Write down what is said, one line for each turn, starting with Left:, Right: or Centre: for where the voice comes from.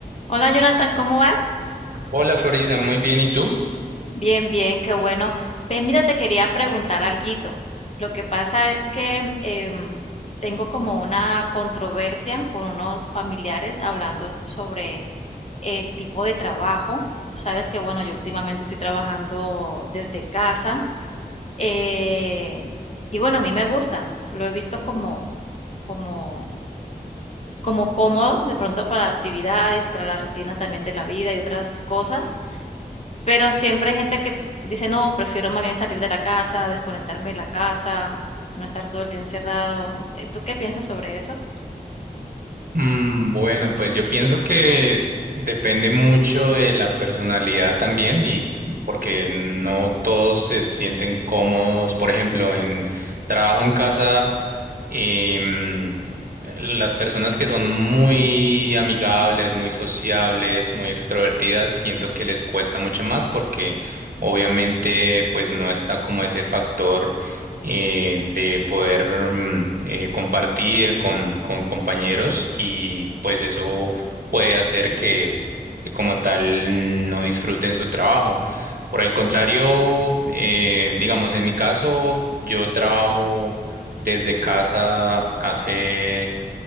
Left: Hola Jonathan, ¿cómo vas?
Right: Hola Florisa, muy bien. ¿Y tú?
Left: Bien, bien, qué bueno. Ve, mira, te quería preguntar alguito. Lo que pasa es que em, tengo como una controversia con unos familiares hablando sobre el tipo de trabajo. Tú sabes que, bueno, yo últimamente estoy trabajando desde casa eh, y bueno, a mí me gusta. Lo he visto como, como, como cómodo de pronto para actividades y para la rutina también de la vida y otras cosas Pero siempre hay gente que dice: "No, prefiero más bien salir de la casa, desconectarme de la casa, no estar todo el día encerrado". Eh, ¿tú qué piensas sobre eso?
Right: Mm, bueno, pues yo pienso que depende mucho de la personalidad también y porque no todos se sienten cómodos, por ejemplo, en trabajo en casa. em, Las personas que son muy amigables, muy sociables, muy extrovertidas, siento que les cuesta mucho más porque obviamente pues no está como ese factor eh, de poder mm, eh, compartir con, con compañeros y pues eso puede hacer que, que como tal no disfruten su trabajo. Por el contrario, eh, digamos en mi caso, yo trabajo desde casa hace